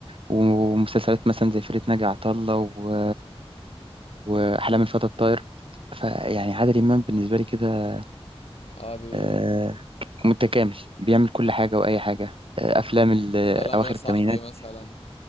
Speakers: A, on the right; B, on the left.
A: ومسلسلات مثلا زي فرقة ناجي عطا الله و... وأحلام الفتى الطاير فيعني عادل إمام بالنسبة لي كده
B: اه دي
A: آه،
B: انت
A: متكامل بيعمل كل حاجة وأي حاجة آه، أفلام ال-
B: سلام
A: أواخر
B: يا صاحبي
A: الثمانينات
B: مثلا